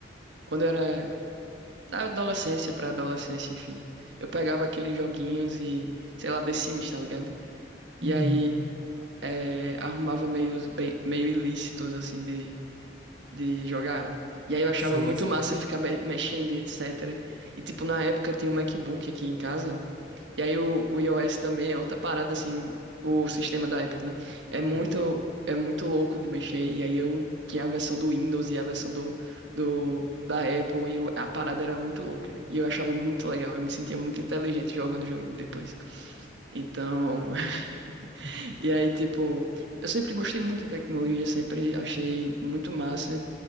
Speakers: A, on the right; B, on the right.
A: quando eu era da adolescência pra adolescência, enfim, eu pegava aqueles joguinhos e, sei lá, The Sims, tá ligado? E
B: Uhum.
A: aí eh, arrumava meios bem, meio ilícitos, assim, de, de jogar. E aí eu achava
B: Sei,
A: muito
B: sei.
A: massa ficar be- mexendo e etc. E, tipo, na época tinha um MacBook aqui em casa. E aí o, o iOS também é outra parada, assim, o sistema da Apple, né? É muito,
B: Uhum.
A: é muito louco de mexer. E aí eu tinha a versão do Windows e a versão do, do, da Apple, e eu- a parada era muito louca. E eu achava muito legal, eu me sentia muito inteligente jogando o joguinho depois. Então, <laughs> <laughs>
B: <laughs>
A: E aí, tipo, eu sempre gostei muito de tecnologia, sempre achei muito massa.